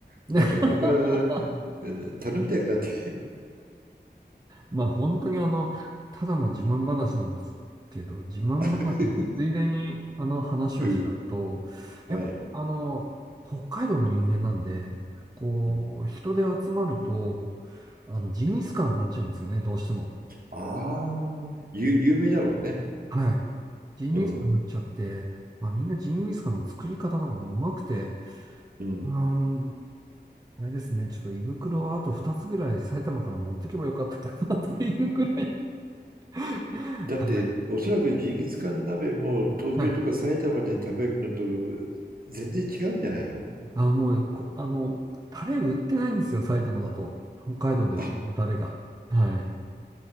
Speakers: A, on the right; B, on the right.
A: ね
B: なんか今からう
A: <laughs>、
B: ん頼みたくなって。
A: まあ本当にあの、ただの自慢話なんですけど、自慢話のついでに、
B: <laughs>
A: あの、話をしちゃうと、
B: うん、はい。
A: やっぱ、あの、北海道の人間なんで、こう、
B: うん
A: 人で集まると、あの、ジンギスカンになっちゃうんですよね、どうしても。
B: ああ、ゆ、有名だもんね。
A: はい。ジンギスカンになっちゃって、
B: うん。
A: まあみんなジンギスカンの作り方とかもうまくて、
B: うん。
A: うーん、あれですね、ちょっと胃袋をあと2つぐらい埼玉から持ってけばよかったかなっていうぐらい。<laughs> はい。
B: だって、おそらくジンギスカン鍋も東京とか埼玉で食べるのと
A: はい。
B: 全然違うんじゃないの
A: あ、もうこ、あの、タレ売ってないんですよ、埼玉だと。北海道で売ってるタレが。
B: あ、
A: はい。